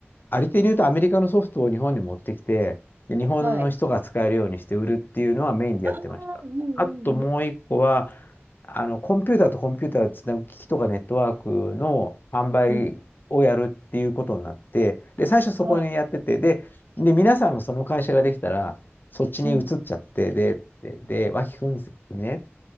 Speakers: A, on the left; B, on the right.
A: ありていに言うとアメリカのソフトを日本に持ってきて、で日本の人が使えるようにして売るっていうのはメインでやってました。
B: はい。ああ、うんうんうん。
A: あともう一個は、あの、コンピューターとコンピューターをつなぐ機器とかネットワークの販売をやるっていうことになって、
B: うん。
A: で、最初そこにやってて、
B: はい。
A: で、で、皆さんもその会社ができたら、そっちに移っちゃって、
B: うん。
A: で、で、で、脇君にね、